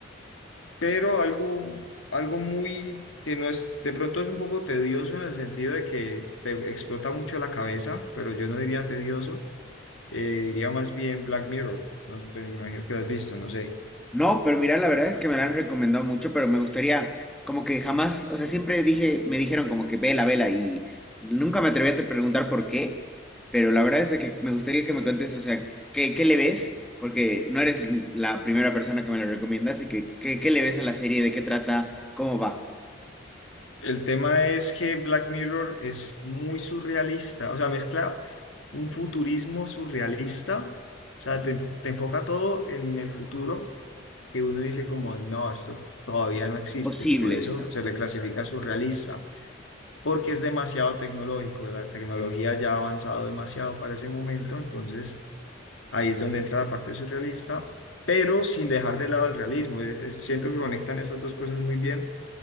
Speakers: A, on the left; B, in the centre.
A: pero algo, algo muy que no es, de pronto es un poco tedioso en el sentido de que te explota mucho la cabeza, pero yo no diría tedioso, eh, diría más bien Black Mirror. No, sé, me imagino que lo has visto, no sé.
B: No, pero mira, la verdad es que me la han recomendado mucho, pero me gustaría, como que jamás, o sea, siempre dije, me dijeron como que vela, vela, y nunca me atreví a te preguntar por qué, pero la verdad es de que me gustaría que me cuentes, o sea, ¿qué, qué le ves? Porque no eres la primera persona que me la recomienda, así que, ¿qué, qué le ves a la serie? ¿De qué trata? ¿Cómo va?
A: El tema es que Black Mirror es muy surrealista, o sea, mezcla un futurismo surrealista, o sea, te, te enfoca todo en el futuro, que uno dice como, no, esto todavía no existe,
B: Imposible,
A: por eso
B: digamos.
A: se le clasifica surrealista porque es demasiado tecnológico, la tecnología ya ha avanzado demasiado para ese momento, entonces ahí es donde entra la parte surrealista, pero sin dejar de lado el realismo. Es- es- siento que conectan estas dos cosas muy bien,